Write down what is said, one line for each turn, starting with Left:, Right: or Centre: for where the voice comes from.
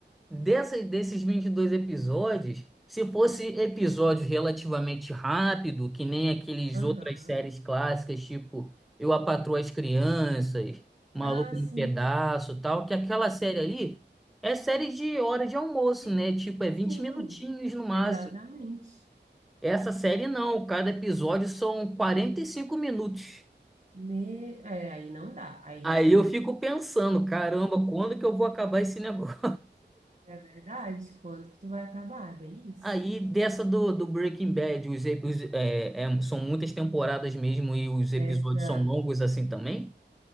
Centre: Dessa, desses 22 episódios, se fosse episódio relativamente rápido, que nem aqueles
Right: aham.
Centre: outras séries clássicas, tipo Eu, a Patroa e as Crianças, Maluco
Right: Ah,
Centre: no
Right: sim.
Centre: Pedaço, e tal, que aquela série ali é série de hora de almoço,
Right: E-
Centre: né? Tipo, é vinte
Right: Sim,
Centre: minutinhos no máximo.
Right: exatamente.
Centre: Essa série não, cada episódio são 45 minutos.
Right: Me... É, aí não dá. Aí
Centre: Aí eu fico pensando, caramba, quando que eu vou acabar esse <laughs> negócio?
Right: é verdade. Quando que tu vai acabar? É bem isso.
Centre: Aí dessa do, do Breaking Bad, os, ep- os, é, é, são muitas temporadas mesmo e os episódios
Right: Essa
Centre: são longos assim também?